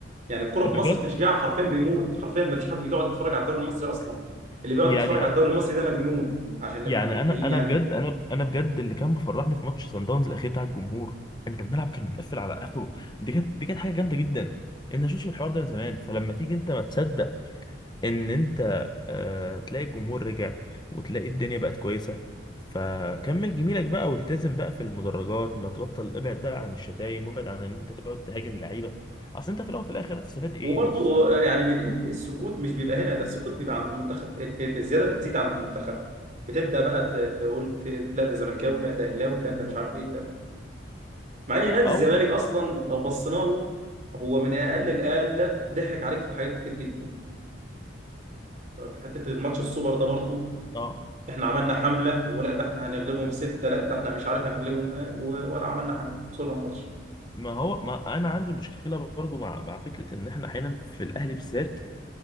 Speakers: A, on the right (about 40°); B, on the left (about 25°).
A: يعني الكرة في
B: بجد
A: مصر تشجيعها حرفيا بيموت حرفيا ما فيش حد بيقعد يتفرج على الدوري المصري اصلا اللي بيقعد
B: يعني
A: يتفرج على الدوري المصري ده مجنون عشان نبقى
B: يعني
A: منتهين
B: انا انا
A: يعني
B: بجد انا انا بجد اللي كان مفرحني في ماتش سان داونز الاخير بتاع الجمهور انت الملعب كان متقفل على اخره دي كانت دي كانت حاجه جامده جدا انت شفتش الحوار ده من زمان فلما تيجي انت ما تصدق ان انت آه تلاقي الجمهور رجع وتلاقي الدنيا بقت كويسه فكمل جميلك بقى والتزم بقى في المدرجات ما تبطل ابعد بقى عن الشتايم وابعد عن ان انت تقعد تهاجم اللعيبه اصل انت في الاول وفي الاخر هتستفاد ايه
A: وبرضو
B: مش
A: يعني من- السكوت مش بيبقى هنا ده السكوت بيبقى عند المنتخب الزياده بتزيد عند المنتخب بتبدا بقى ت- تقول ت- لا ده زملكاوي لا ده اهلاوي لا ده مش عارف ايه لا مع ان نادي الزمالك
B: او
A: اصلا لو بصينا له هو من اقل الاقل ضحك عليك في حاجات كتير جدا في حته الماتش السوبر ده برضو
B: اه
A: احنا عملنا حمله ولا ده احنا هنغلبهم سته لا ده احنا مش عارف هنغلبهم إيه، و- ولا عملنا حاجه خسرنا الماتش
B: ما هو ما انا عندي مشكله برضو مع مع فكره ان احنا احيانا في الاهلي بالذات